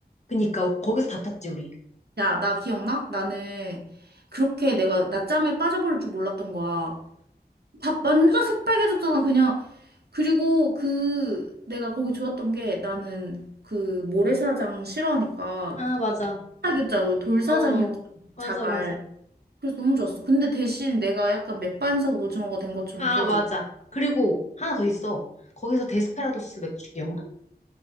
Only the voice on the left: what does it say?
그니까, 거기서 다 탔지, 우리.
아, 맞아.
어, 어. 맞아,
맞아.
아,
맞아. 그리고 하나 더 있어. 거기서 데스페라도스 맥주 기억나?